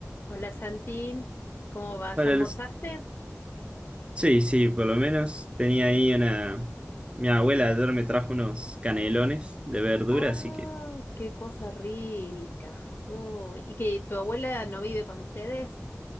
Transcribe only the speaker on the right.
Para
los- Sí, sí, por lo menos tenía ahí una... Mi abuela ayer me trajo unos canelones de verdura,
así que...